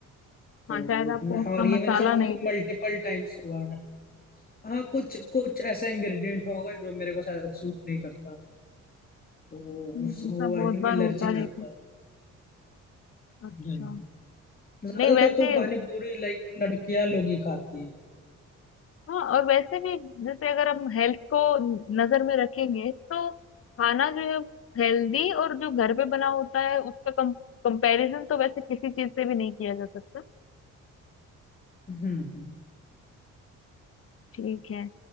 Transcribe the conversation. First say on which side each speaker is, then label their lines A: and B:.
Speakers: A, on the left; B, on the left.
A: तो
B: है हाँ शायद आपको
A: मैं
B: उसका
A: और ये
B: मसाला
A: मेरे साथ
B: नहीं
A: मतलब मल्टीपल टाइम्स हुआ है हाँ कुछ कुछ ऐसा इंग्रेडिएंट होगा जो मेरे को शायद सूट नहीं करता तो वो
B: जैसा
A: उस- वो
B: बहुत
A: आई थिंक
B: बार
A: एलर्जी
B: होता
A: में
B: है
A: आता
B: कि-
A: है
B: अच्छा
A: हम्म ज्यादातर
B: नहीं वैसे
A: तो पानी पूरी लाइक लड़कियां लोग ही खाती है
B: हाँ और वैसे भी जैसे अगर हम हेल्थ को नजर में रखेंगे तो खाना जो है हेल्दी और जो घर पे बना होता है उसका कम कंपैरिजन तो वैसे किसी चीज से भी नहीं किया जा सकता
A: हम्म हम्म
B: ठीक है